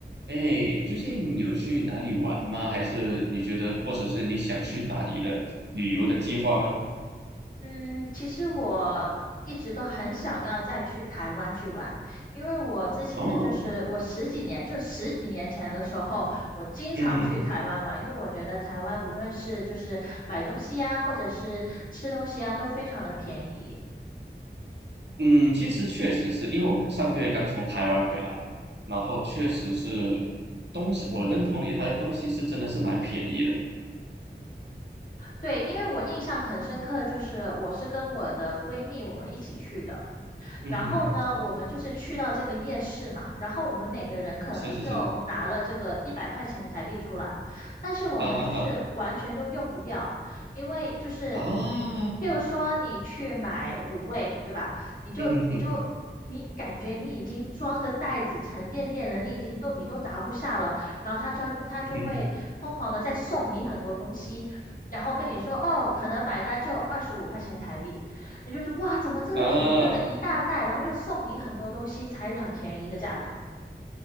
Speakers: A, on the right; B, on the left.
A: 哎，最近有去哪里玩吗？还是你觉得，或者是你想去哪里的旅游的计划吗？
B: 嗯，其实我一直都很想要再去台湾去玩，因为我之前就是我十几年，
A: 哦，
B: 就十几年前的时候，我经常去台湾玩，
A: 嗯
B: 因为我觉得台湾无论是就是买东西啊，或者是吃东西啊，都非常的便宜。
A: 嗯，其实确实是因为我上个月刚从台湾回来，然后确实是东西，我认同你，它的东西是真的是蛮便宜的。
B: 对，因为我印象很深刻，就是我是跟我的闺蜜我们一起去的，
A: 嗯哼哼，
B: 然后呢，我们就是去到这个夜市嘛，然后我们每个人可能就拿了这个一百块钱台币出来，
A: 是是是，
B: 但是我们就是完全都用不掉，
A: 哈哈哈
B: 因为就是嗯，
A: 啊，
B: 譬如说你去买卤味，对吧？你就你就。
A: 嗯哼哼，
B: 你感觉你已经装的袋子沉甸甸了，你已经都你都拿不下了，然后他就他就会疯狂的再送你很多东西，
A: 嗯哼
B: 然后跟你说哦，可能买单就二十五块钱台币，你就觉得哇，怎么这么便宜，
A: 哼啊。
B: 这么一大袋，然后又送你很多东西，才很便宜的价格。